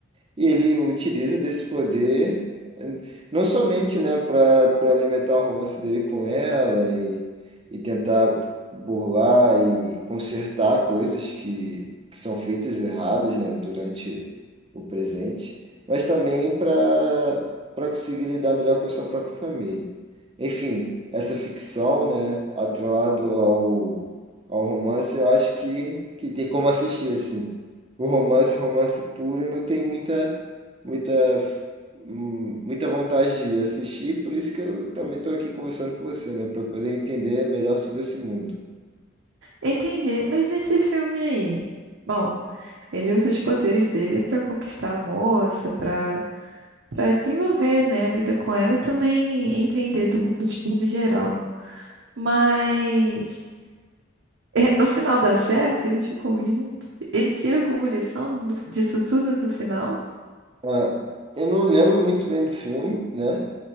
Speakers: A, on the right (about 30°); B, on the right (about 65°).
A: e ele utiliza desse poder eh, não somente, né, para para alimentar o romance dele com ela e, e tentar burlar e consertar coisas que, que são feitas erradas, né, durante o presente, mas também para para conseguir lidar melhor com a sua própria família. Enfim, essa ficção, né, atrelado ao, ao romance, eu acho que, que tem como assistir, assim. O romance, romance puro, eu não tenho muita, muita, hum, muita vontade de assistir, por isso que eu também estou aqui conversando com você, né? Para poder entender melhor sobre esse mundo.
B: Entendi. Mas nesse filme aí, bom, ele usa os poderes dele para conquistar a moça, para para desenvolver, né, a vida com ela e também entender do mundo de forma geral. Mas é, no final dá certo, eles ficam juntos. Ele tira alguma lição do- disso tudo no final?
A: Ah, eu não lembro muito bem do filme, né?